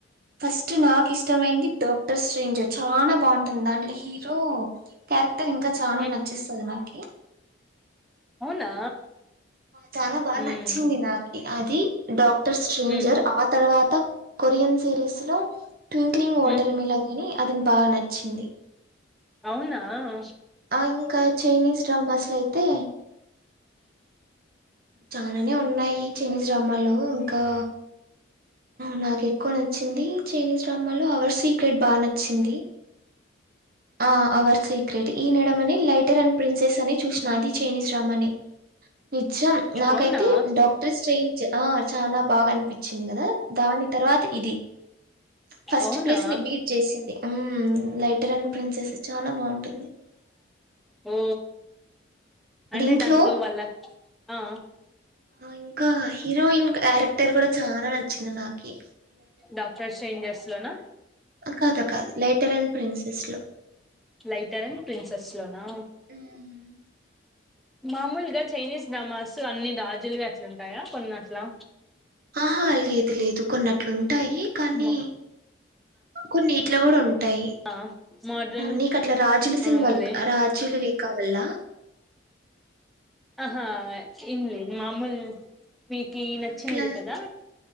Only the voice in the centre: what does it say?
మ్మ్
అవునా
మ్మ్
మ్మ్
మ్మ్
అవునా హ
అవునా
అవునా
ఓ అంటే
దాంతో వాళ్ల కు ఆ
డాక్టర్ సన్ స్ లోనా
లైటర్ అని ప్రిన్సెస్ లోనా
మామూలుగా చైనీస్ డ్రామాస్ అన్ని రాజులువి అట్లుంటాయా కొన్ని అట్లా
మో
ఆ మోడ్రన్
ఓన్లీ
ఆహా ఇల్లే మామూలు మీకు
నచ్చింది
ఇది కదా